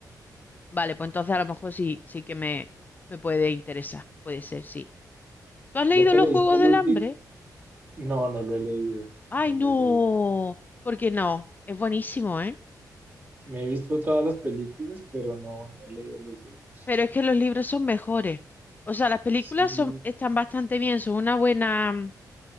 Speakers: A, on the left (about 25°); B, on the right (about 25°).
A: Vale, pues entonces a lo mejor sí, sí que me, me puede interesar. Puede ser, sí. ¿Tú has leído
B: ¿Ya te
A: Los
B: leíste
A: Juegos
B: el
A: del
B: último?
A: Hambre?
B: No, no lo he leído,
A: ¡Ay,
B: no lo
A: no!
B: he leído.
A: ¿Por qué no? Es buenísimo, ¿eh?
B: Me he visto todas las películas, pero no, no he leído los libros.
A: Pero es que los libros son mejores. O sea, las películas
B: Sí,
A: son, están bastante bien, son una buena, mm,